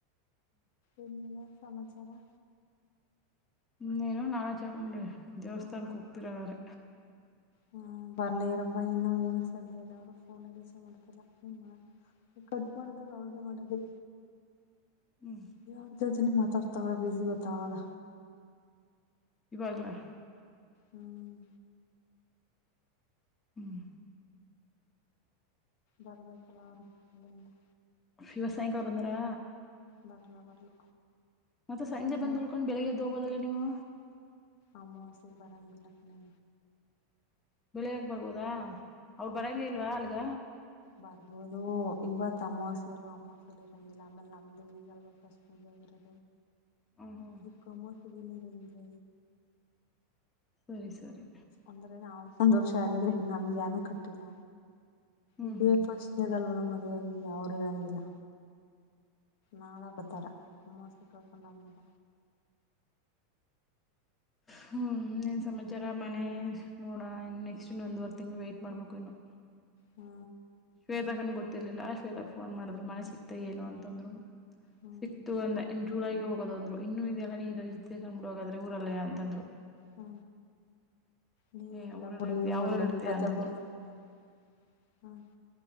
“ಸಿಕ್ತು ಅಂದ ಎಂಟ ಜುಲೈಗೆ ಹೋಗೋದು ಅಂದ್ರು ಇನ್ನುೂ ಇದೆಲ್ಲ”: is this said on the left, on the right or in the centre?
Left